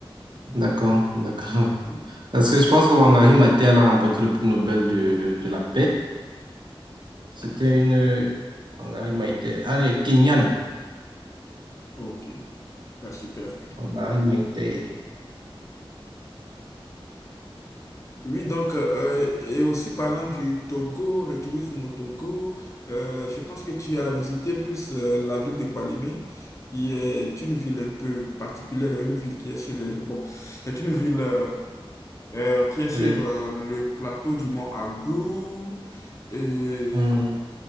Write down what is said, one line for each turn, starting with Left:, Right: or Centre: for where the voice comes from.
Right: D'accord, d'accord.
Left: Hmm.
Right: Parce que je pense que Wangari Maathai, elle a remporté le prix Nobel de, de la paix. C'était une... euh, Wangari Maathai. Ah, elle est kenyane.
Left: Ok, bah, super.
Right: Wangari Maathai.
Left: Oui, donc, euh, et aussi parlant du Togo, le tourisme au Togo, euh, je pense que tu as visité plus euh, la ville de Palimé, qui est une ville un peu particulière, une ville qui est sur le... Bon, c'est une ville euh, euh, qui est sur
Right: Oui.
Left: euh, le plateau du mont Agou. et
Right: Hum,